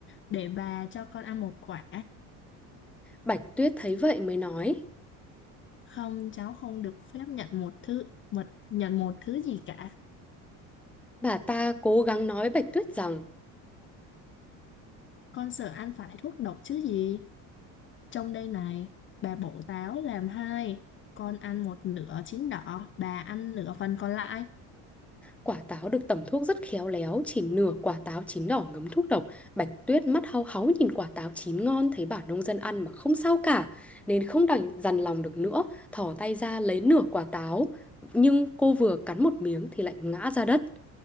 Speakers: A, on the left; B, in the centre.
A: để bà cho con ăn một quả
B: Bạch Tuyết thấy vậy mới nói.
A: không cháu không được phép nhận một thứ mật nhận một thứ gì cả
B: Bà ta cố gắng nói Bạch Tuyết rằng
A: con sợ ăn phải thuốc độc chứ gì trong đây này bà bổ táo làm hai con ăn một nửa chín đỏ bà ăn nửa phần còn lại
B: Quả táo được tẩm thuốc rất khéo léo, chỉ nửa quả táo chín đỏ ngấm thuốc độc. Bạch Tuyết mắt hau háu nhìn quả táo chín ngon thấy bà nông dân ăn mà không sao cả, nên không đành dằn lòng được nữa, thò tay ra lấy nửa quả táo. Nhưng cô vừa cắn một miếng thì lại ngã ra đất.